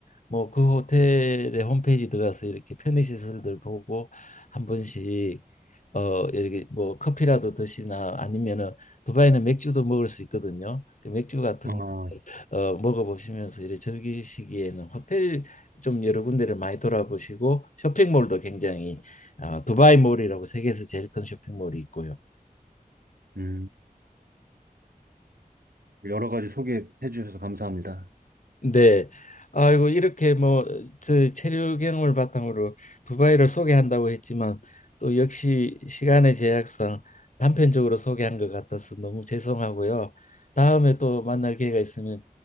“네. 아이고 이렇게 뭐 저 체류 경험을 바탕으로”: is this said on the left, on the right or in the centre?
Left